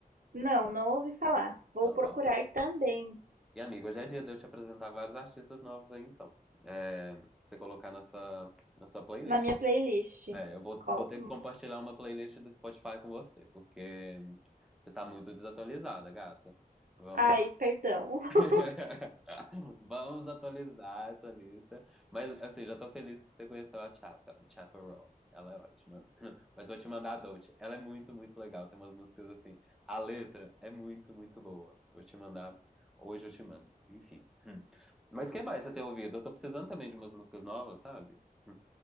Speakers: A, on the right; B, in the centre.
A: Não, não ouvi falar. Vou
B: Não?
A: procurar
B: Ó.
A: também
B: E amigo, hoje é dia de eu te apresentar vários artistas novos aí, então. É, pra você colocar na sua na sua playlist.
A: na minha playlist.
B: É, eu vou,
A: Col-
B: vou ter que compartilhar uma playlist do Spotify com você, porque você tá muito desatualizada, gata. Vamos
A: Ai, perdão. <laughs>
B: <laughs> Vamos atualizar essa lista. Mas, assim, já tô feliz que você conheceu a Chapel, Chapel Roan. Ela é ótima. <laughs> Mas vou te mandar a Dolce. Ela é muito, muito legal. Tem umas músicas assim. A letra é muito, muito boa. Vou te mandar. Hoje eu te mando. Enfim. Hum. Mas o que mais você tem ouvido? Eu tô precisando também de umas músicas novas, sabe? Hum.